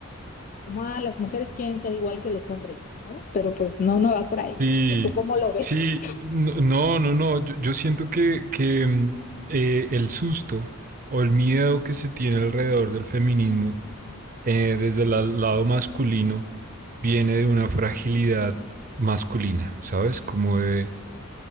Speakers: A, on the left (about 40°); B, on the right (about 40°).
A: como, ah, las mujeres quieren ser igual que los hombres, ¿no? Pero pues no, no va por ahí.
B: Sí,
A: ¿O tú cómo lo ves?
B: sí, no, no, no, no, Yo, yo siento que, que, mm, eh, el susto o el miedo que se tiene alrededor del feminismo eh, desde el la- lado masculino viene de una fragilidad masculina, ¿sabes? Como de,